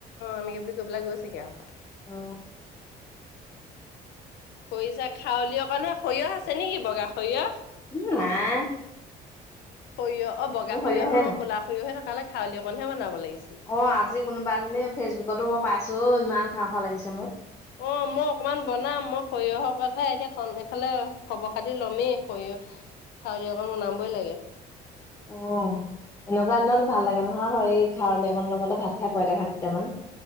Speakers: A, on the left (about 75°); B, on the left (about 15°).
A: এনেকে বুলি কৈ পেলাই গৈছেগে আৰু
B: অ
A: খৰিচা খাৱলী অকণ হয় সৰিয়হ আছে নেকি বগা সৰিয়হ
B: উ নাই
A: সৰিয়হ বগা
B: মোৰ
A: সৰিয়হয়
B: সহ্য হোৱাই নাই।
A: ক'লা সৰিয়হে থকা খাৰলি অকণহে বনাব লাগিছ
B: অ আজি কোনোবা এজনীয়ে ফেচবুকতো মই পাইছো অ ইমান খাও খাও লাগিছে মো
A: অ মই অকনমান বনাম মই সৰিয়হৰ কথাে এতিয়া ক ফালে খবৰ খাতি লমেই খৰিয়হ খাৱলী অকণ বনাবই লাগে
B: অ এনেকুৱা দিনত ভাল লাগে নহয় হেই খাৰ লী অকন লগতে ভাত খাই পইটা ভাত কেইটামান